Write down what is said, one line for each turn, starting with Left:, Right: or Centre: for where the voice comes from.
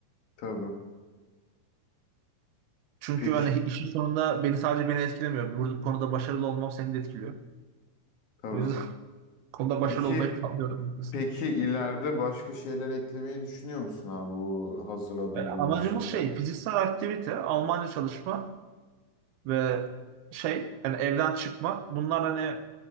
Left: Tabii.
Right: Çünkü
Left: Peki,
Right: hani işin sonunda beni sadece beni etkilemiyor. Burada konuda başarılı olmam seni de etkiliyor.
Left: tabii.
Right: O yüzden <laughs> konuda
Left: Peki,
Right: başarılı olmayı planlıyorum.
Left: peki ileride başka şeyler eklemeyi düşünüyor musun abi bu hazırladığın
Right: Yani
Left: Google
Right: amacımız
Left: Sheet'e?
Right: şey fiziksel aktivite, Almanca çalışma, ve şey yani evden çıkma. Bunlar hani